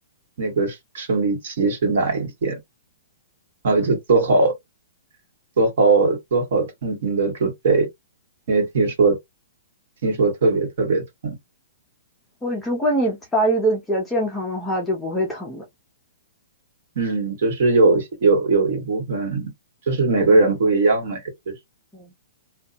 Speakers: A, on the right (about 45°); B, in the centre.
A: 那个生理期是哪一天，然后就做好做好做好痛经的准备，因为听说听说特别特别痛。
B: 我如果你发育的比较健康的话，就不会疼的。
A: 嗯，就是有些有有一部分就是每个人不一样嘛，
B: 对
A: 也就是
B: 嗯，